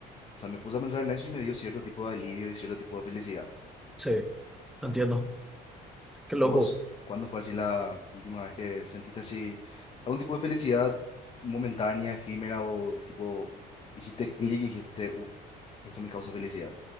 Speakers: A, on the left (about 30°); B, in the centre.
A: o sea, me puse a pensar en eso y me dio cierto tipo de alivio y cierto tipo de felicidad.
B: Sí. Entiendo. Qué loco.
A: ¿Y vos? ¿Cuándo fue así la última vez que sentiste así algún tipo de felicidad momentánea, efímera o tipo hiciste clic y dijiste, uff, esto me causa felicidad?